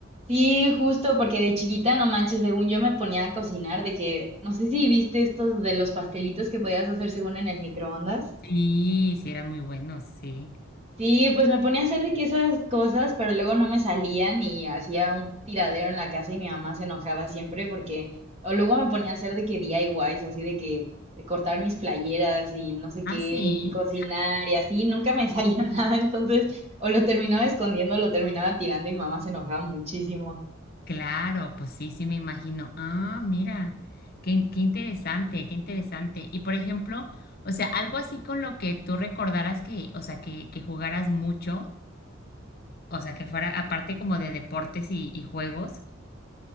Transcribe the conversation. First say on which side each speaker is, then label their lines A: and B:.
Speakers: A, on the right; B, on the left.
A: Sí, justo, porque de chiquita, no manches, según yo me ponía a cocinar, de que, no sé si viste estos de los pastelitos que podías hacer según en el microondas.
B: Sí, sí eran muy buenos, sí.
A: Sí, pues me ponía a hacer de que esas cosas, pero luego no me salían y hacía un tiradero en la casa y mi mamá se enojaba siempre porque, o luego me ponía a hacer de que DIYs, así de que, de cortar mis playeras y no sé
B: Ah,
A: qué, y
B: sí.
A: cocinar y así, nunca me salía <laughs> nada, entonces, o lo terminaba escondiendo, o lo terminaba tirando y mamá se enojaba muchísimo.
B: Claro, pues sí, sí me imagino. Ah, mira. Qué, in- qué interesante, qué interesante. Y por ejemplo, o sea, algo así con lo que tú recordaras que, o sea, que, que jugaras mucho, o sea, que fuera aparte como de deportes y, y juegos.